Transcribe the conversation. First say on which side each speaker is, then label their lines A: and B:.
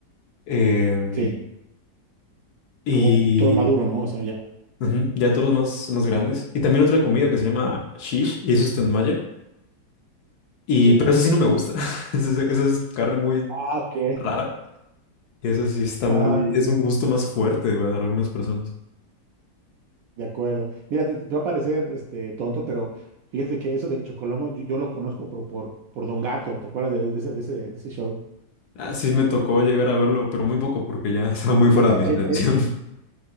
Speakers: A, on the left (about 70°); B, on the right (about 70°).
A: Em,
B: Sí,
A: y
B: como toro maduro, ¿no? O sea, ya.
A: ujú,
B: ya.
A: ya toros más, más grandes. Y también otra comida que se llama shish, y eso está en malla. Y,
B: Sí.
A: pero eso sí no me gusta. <laughs> Esa es, esa es carne muy
B: Ah, ok.
A: rara. Y eso sí está
B: Ajá,
A: muy, es un gusto más fuerte para algunas personas.
B: de acuerdo. Mira, te, te va a parecer este, tonto, pero fíjate que eso del Chocolomo, yo, yo lo conozco por, por, por Don Gato, ¿te acuerdas de, de ese, de ese, de ese show?
A: Ah, sí me tocó llegar a verlo, pero muy poco porque ya <laughs> estaba muy fuera
B: Ah,
A: de
B: ah,
A: mi
B: ah,
A: generación.
B: ah,